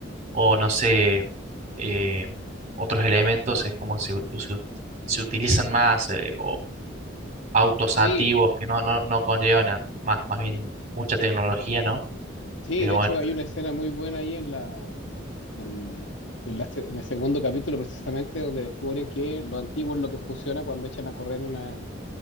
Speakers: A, on the right; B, on the left.
A: o no sé, eh, otros elementos es como se, u- se, se utilizan más eh, autos
B: sí,
A: antiguos que no, no, no conllevan a- más, más bien mucha tecnología, ¿no?
B: sí,
A: Pero
B: de
A: bueno,
B: hecho hay una escena muy buena ahí en la, en, en la se- en el segundo capítulo precisamente donde descubren que lo antiguo es lo que funciona cuando echan a correr una,